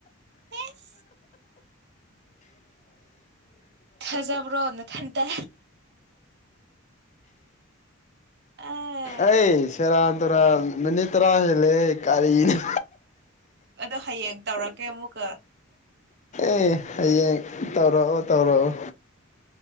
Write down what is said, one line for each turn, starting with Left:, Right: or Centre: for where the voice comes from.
Right: ꯑꯦꯁ ꯈꯖꯕꯔꯣ ꯅꯊꯅꯇ ꯑꯦ
Left: ꯑꯩ ꯁꯦꯔꯟ ꯔꯥ ꯃꯤꯅꯤꯗ ꯇꯔꯥ ꯍꯦꯂꯦ ꯀꯥꯔꯤꯅꯣ
Right: ꯑꯗꯣ ꯍꯌꯦꯡ ꯇꯧꯔꯛꯀꯦ ꯑꯃꯨꯛꯀ
Left: ꯑꯦ ꯍꯌꯦꯡ ꯇꯧꯔꯛꯑꯣ ꯇꯧꯔꯛꯑꯣ